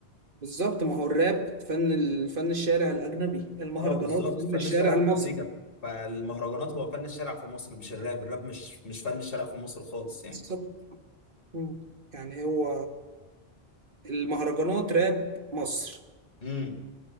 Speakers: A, on the right; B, on the left.
A: بالظبط ما هو الراب فن الفن الشارع الاجنبي المهرجانات
B: اه بالظبط
A: فن
B: فن
A: الشارع
B: الشارع
A: المصري
B: في امريكا فالمهرجانات هو فن الشارع في مصر مش الراب الراب مش مش فن الشارع في مصر خالص يعني
A: بالظبط مم. يعني هو المهرجانات راب مصر
B: امم